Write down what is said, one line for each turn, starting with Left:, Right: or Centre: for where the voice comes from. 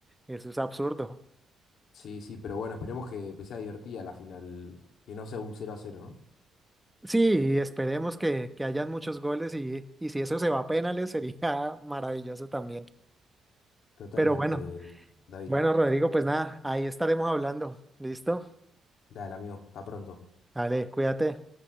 Centre: eso es absurdo.
Left: Sí, sí, pero bueno, esperemos que que sea divertida la final. Que no sea un cero a cero ¿no?
Centre: Sí, esperemos que, que hayan muchos goles y, y si eso se va a penales <laughs> sería maravilloso también.
Left: Totalmente,
Centre: Pero bueno.
Left: David.
Centre: Bueno, Rodrigo, pues nada, ahí estaremos hablando. ¿Listo?
Left: Dale, amigo. Hasta pronto.
Centre: Dale, cuídate.